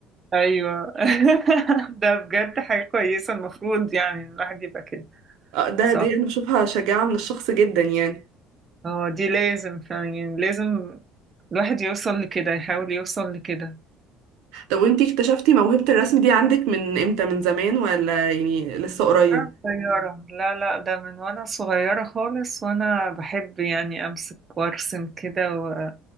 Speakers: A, on the right; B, on the right.
A: ايوه <laughs> ده بجد حاجة كويسة المفروض يعني إن الواحد يبقى كده
B: آه، ده
A: صح
B: دي انا بشوفها شجاعة من الشخص جدا يعني
A: اه دي لازم فعلا يعني لازم الواحد يوصل لكده يحاول يوصل لكده
B: طب وانتي اكتشفتي موهبة الرسم دي عندك من امتى من زمان ولا يعني لسه قريب
A: أنا صغيرة لا لا ده من وأنا صغيرة خالص وأنا بحب يعني أمسك وأرسم كده و...